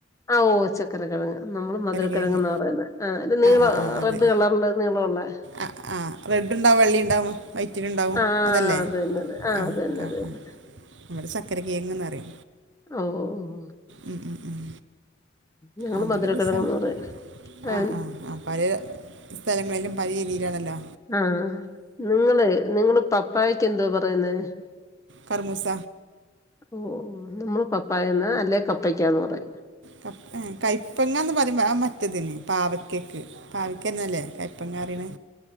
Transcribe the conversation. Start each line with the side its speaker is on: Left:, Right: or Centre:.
Left: ആ ഓ ചക്കര കിഴങ്ങ് നമ്മള് മധുരക്കിഴങ്ങ്ന്ന
Right: കിഴങ്ങ്
Left: പറയുന്നെ ആ നീവാ.
Right: ആ ആ അത്
Left: റെഡ് കളറില് നിളള്ളേ.
Right: ആ ആ റെഡ് ഉണ്ടാവും വെള്ളി ഉണ്ടാവും. വയ്റ്റിടലുണ്ടാവും
Left: ആ
Right: അതല്ലേ
Left: അത് തന്നെ അത്
Right: ആ
Left: അത് തന്നെ
Right: ആ
Left: അത് തന്നെ
Right: ആ ഇവടെ ചക്കരക്കേങ്ങ്ന്ന് അറിയ.
Left: ഓ ഓ.
Right: ഉ ഉം ഉം.
Left: ഞങ്ങൾ
Right: ആതൊരു
Left: മധുരക്കിഴങ്ങെന്ന്
Right: രസാണ്
Left: പറയും ആ
Right: ആഹ് ആഹ് ആ പഴ്യെ. സ്ഥലങ്ങളിലും പല രീതിലാണല്ലോ
Left: ആഹ് നിങ്ങള് നിങ്ങള് പപ്പായക്ക് എന്തോ പറയുന്നേ
Right: കർമൂസ
Left: ഓഹ് നമ്മള് പപ്പായന്ന് അല്ലെ കപ്പക്കാന്ന് പറയും
Right: ക കയ്പ്പങ്ങ എന്ന് പറേമ്പോ മറ്റതിന് പാവക്കക്ക് പാവക്കന്നല്ലേ ക പ്പങ്ങറിണ്